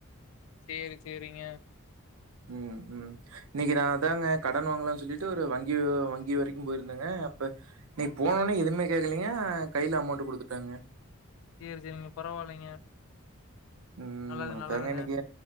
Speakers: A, on the left; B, on the right.
A: சரி சரிங்க
B: உம்-உம் இன்னைக்கு நான் அதாங்க கடன் வாங்கலாம்னு சொல்லிட்டு ஒரு வங்கி-வங்கி வரைக்கும் போயிருந்தேங்க அப்ப இன்னைக்கு போனோன எதுவுமே கேட்கலீங்க கையில அமௌண்ட் குடுத்துட்டாங்க
A: சரி சரிங்க பரவாயில்லைங்க
B: உம்
A: நல்லது,
B: அதாங்க
A: நல்லதுங்க.
B: இன்னைக்கு